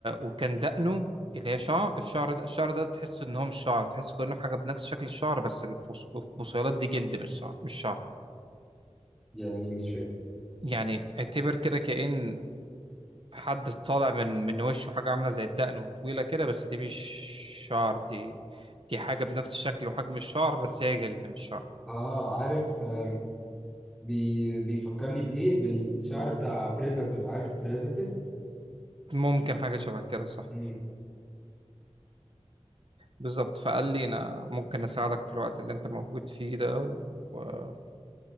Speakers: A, on the right; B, in the centre.
A: وكان دقنه اللي هي شعر الشعر ده الشعر ده تحسه ان هو مش شعر تحسه كانه حاجه بنفس شكل الشعر بس الفص- البصيلات دي جلد مش شعر مش شعر
B: يعني إيه؟ مش فاهم
A: يعني اعتبر كده كأن حد طالع من من وشه حاجة عاملة زي الدقن وطويلة كده بس دي مش شعر دي دي حاجة بنفس شكل وحجم الشعر بس هي جلد مش شعر
B: اه عارف آه، بي... بيفكرني بإيه بالشعر بتاع بريداتور عارف بريداتور
A: ممكن حاجة شبه كده صح
B: مم.
A: بالظبط فقال لي أنا ممكن أساعدك في الوقت اللي أنت موجود فيه ده و-